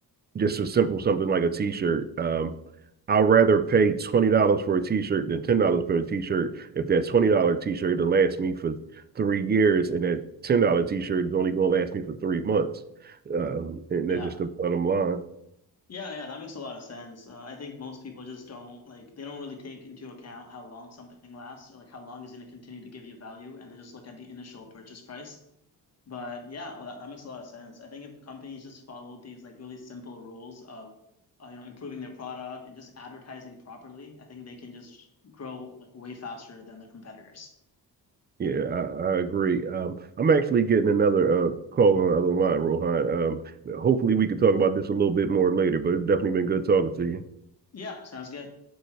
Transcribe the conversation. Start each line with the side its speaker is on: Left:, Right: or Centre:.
Right: just a simple something like a t-shirt. Um, I'd rather pay twenty dollars for a t-shirt than ten dollars for a t-shirt. If that twenty dollar t-shirt will last me for three years, and that ten dollar t-shirt is only going to last me for three months, um, and
Left: Yeah.
Right: that's just the bottom line.
Left: Yeah, yeah, that makes a lot of sense. Uh, I think most people just don't like they don't really take into account how long something lasts or like how long is going to continue to give you value, and they just look at the initial purchase price. But yeah, well, that, that makes a lot of sense. I think if companies just followed these like really simple rules of uh, you know improving their product and just advertising properly, I think they can just grow like way faster than their competitors.
Right: Yeah, I, I agree. Um, I'm actually getting another uh, call on the other line, Rohan. Um, hopefully, we can talk about this a little bit more later. But it's definitely been good talking to you.
Left: Yeah, sounds good.